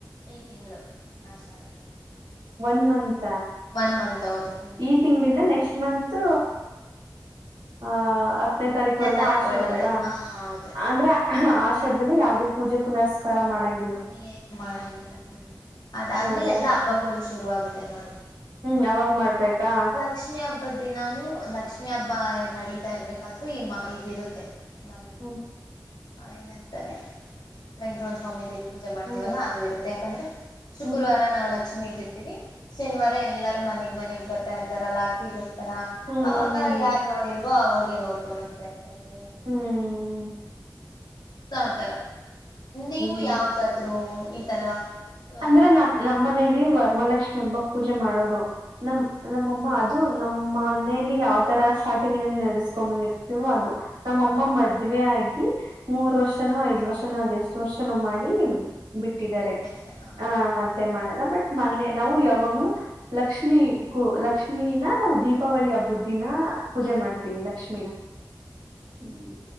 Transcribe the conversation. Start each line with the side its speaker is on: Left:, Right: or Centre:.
Left: ಈ ತಿಂಗಳು Ashada
Right: one month
Left: one month ಹೌದು ಹ್ಮ್
Right: ಈ ತಿಂಗಳಿಂದ ನೆಕ್ಸ್ಟ್ ಮಂತ್ ಹ ಹತ್ತನೇ ತಾರೀಕ್ವರೆಗೂ
Left: ತಾರೀಕು
Right: ಆಷಾಡ
Left: ಒಳಗಡೆ
Right: ನಾ
Left: ಹ ಹೌದು
Right: ಅಂದ್ರೆ ಹಾ ಆಷರದಲ್ಲಿ ಯಾವವುದೇ ಪೂಜೆ ಪುನಸ್ಕಾರ ಮಾಡಂಗ
Left: ಏನ್ ಮಾಡಂಗಿಲ್ಲ ಹ್ಮ ಅದಾದ್ಮೇಲೆ
Right: ಹೌದಾ
Left: ಎಲ್ಲಾ ಹಬ್ಬಗಳು ಶುರು ಆಾಗುತ್ತೆ ನೋಡಿ
Right: ಹ್ಮ್ ಅವಾಗ ಮಾಡ್ಬೇಕಾ
Left: ಲಕ್ಷ್ಮೀ ಹಬ್ಬ ದಿನಾನು ಲಕ್ಷ್ಮೀ ಹಬ್ಬ ನಡತಾ ಇರ್ಬೇಕಾದ್ರು ಈ ಇದಿರುತ್ತೆ ನಮ್ಮ
Right: ಹ್ಮ್
Left: ಏನಂತಾರೆ ವೆಂಕಟರಾಮ್ ಸ್ವಾಮಿ ದೇ ಪೂಜೆ ಮಾಡ್ತೀವಲ್ಲ
Right: ಹ್ಮ್
Left: ಅದು ಇರುತ್ತೆ ಯಾಕಂದ್ರೆ ಶುಕ್ರವಾರ
Right: ಹ್ಮ್
Left: ನಾವು ಲಕ್ಷ್ಮ ಮಟ್ಟರ್ತತಿವಿ ಶನಿವಾರ ಎಲ್ಲರೂ ಮನೆಗ್ ಮನೆಗ್ ಬರ್ತಾ ಇರ್ತಾರ ಅಲ್ಲಾಕಿಗ ತರ
Right: ಹ್ಮ್
Left: ಅವಾಗ
Right: ಹ್ಮ್ ಹ್ಮ್
Left: ಯಾರ್ ನೋಡಿಲ್ವೋ ಅವಾಗೇ ನೋಡ್ಕೊಂಡ ಹೋಗ್ತಾ ಇರ್ತಾರೆ ದೇವರು
Right: ಹ್ಮ್
Left: ಆತರ ನೀವು
Right: ಹ್ಮ್
Left: ಯಾವ್ದಾದ್ರು ಈ ತರ ಹ್ಮ್
Right: ಅಂದ್ರೆ ನಮ ನಮ್ಮ್ ಮನೇಲಿ ವರಮಲಕ್ಷ್ಮಿ ಹಬ್ಬ ಪೂಜೆ ಮಾಡೋರು ನಮ ನಮ್ಮಮ್ಮ ಅದು ನಮ್ಮ ಮನೆಯಲ್ಲಿ ಯಾವ್ ತರ ಸ್ಟಾರ್ಟಿಂಗ್ ನಡೆಸ್ಕ್ ಬಂದಿರ್ತ ಅದು ನಮ್ಮಮ್ಮ ಮದ್ವೆೆ ಆಗಿ ಮೂರ್ ವರ್ಷನೋ ಐದ್ ವರ್ಷನೋ ಅದೆಷ್ಟು ವರ್ಷನೋ ಮಾಡಿ ಬಿಟ್ಟಿದ್ದಾರೆ
Left: ಹ
Right: ಹ ಮತ್ತೆ ಮಾಡಲ್ಲ ಬಟ್ ಮನ್ನೆ ನಾವು ಯವಗ್ಲು ಲಕ್ಷ್ಮಿ ಕೂ ಲಕ್ಷ್ಮಿನ ನಾವ್ ದೀಪಾವಳಿ ಹಬ್ಬದ ದಿನ ಪೂಜೆ ಮಾಡ್ತೀವಿ ಲಕ್ಷ್ಮೀನ್ ಹ್ಮ್